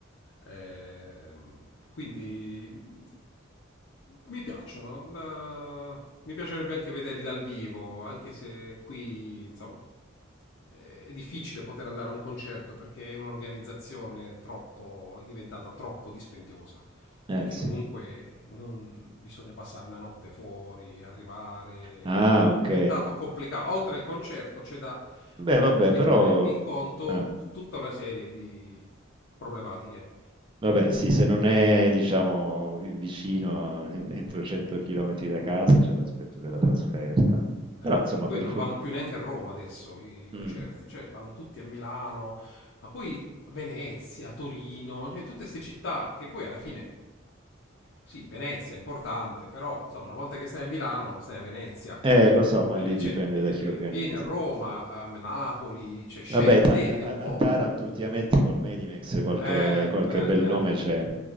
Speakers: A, on the left; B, on the right.
A: ehm, quindi mm, mi piacciono, da- mi piacerebbe anche vederli dal vivo, anche se qui insomma eh, è difficile poter andare a un concerto perché è un'organizzazione troppo, è diventata troppo dispendiosa
B: Eh,
A: perché
B: sì.
A: comunque non bisogna passare una notte fuori, arrivare,
B: Ah,
A: quindi è
B: ok.
A: diventato complicato. Oltre il concerto c'è da
B: Beh,
A: eh,
B: vabbè,
A: mettere
B: però...
A: in conto
B: ah,
A: tutta una serie di problematiche.
B: vabbè, sì, se non è, diciamo, vi- vicino, a- en- entro 100 km da casa, c'è l'aspetto della
A: Ah,
B: trasferta. Però,
A: eh, ma
B: insomma,
A: che poi
B: per
A: non vanno più neanche a Roma adesso i
B: fortuna...
A: concerti, cioè vanno tutti a Milano, ma poi Venezia, Torino, cioè tutte queste città che poi alla fine sì, Venezia è importante, però insomma, una volta che stai a Milano, stai a Venezia.
B: Eh, lo so, ma lì
A: Eh, cioè,
B: dipende
A: eh,
B: da chi organizza.
A: vieni a Roma, a Napoli, cioè, scendete
B: Vabbè, dai, che a,
A: un po'.
B: a Taranto ultimamente col Medimex qualche,
A: Eh,
B: qualche
A: eh,
B: bel
A: eh.
B: nome c'è.